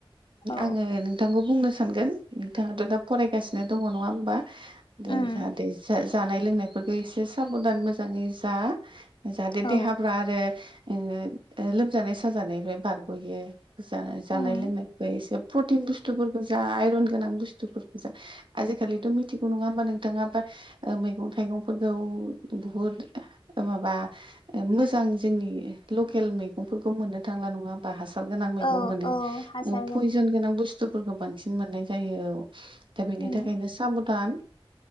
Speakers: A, on the left; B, on the right.
A: औ
B: आङो नोंथांखौ बुंनो सानगोन नोंथाङाथ' दा फरायगासिनो दङ नङा होनबा। दा
A: उम
B: जाहाथे जा जानाय लोंनायफोरखौ एसे साबधान मोजाङै जा जाहाथे
A: औ
B: देहाफ्रा आरो ओ लोमजानाय साजानायनिफ्राय बारग'यो जख‌जानाय
A: उम
B: लोंनायखौ एसे प्रटिन बुस्थुफोरखौ जा आइरन गोनां बुस्थुफोरखौ जा आजिखालिथ' मिथिगौ नङा होमबा नोंथाङा बा ओ मैगं थाइगंफोरखौ बहुद ओ माबा ओ मोजां जोंनि लकेल मैगंफोरखौ मोननो थांला नङा होनबा हासार गोनां मैगं
A: औ
B: मोनो
A: औ हासार
B: ओ पयजन गोनां बुस्थु बुस्थुफोरखौ बांसिन मोननाय जायो ओ दा बेनि
A: उम
B: थाखायनो साबधान